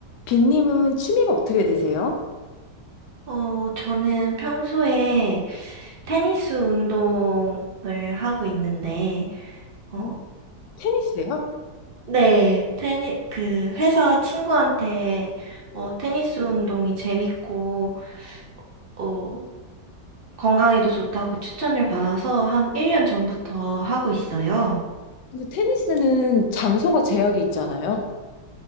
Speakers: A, on the left; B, on the right.
A: 빈님은 취미가 어떻게 되세요?
B: 어, 저는 평소에 테니스 운동을 하고 있는데, 어,
A: 음, 테니스요?
B: 네, 테니, 그, 회사 친구한테,
A: 네.
B: 어, 테니스 운동이 재밌고, 어, 건강에도 좋다고 추천을 받아서 한 1년 전부터 하고 있어요.
A: 근데 테니스는 장소가 제약이 있잖아요.